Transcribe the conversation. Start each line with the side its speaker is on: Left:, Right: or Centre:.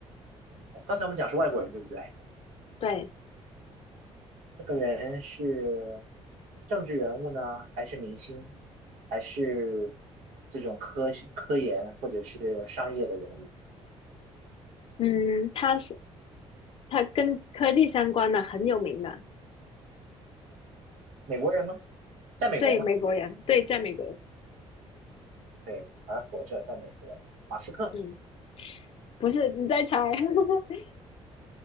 Right: 刚才我们讲是外国人，对不对？
Left: 对，
Right: 这个人是政治人物呢，还是明星，还是这种科学科研或者是商业的人物？
Left: 嗯，他是他跟科技相关的很有名的，
Right: 美国人吗？在美国吗？
Left: 对，美国人，对，在美国，
Right: 对，还活着，在美国。马斯克
Left: 嗯，不是你在猜，<laughs>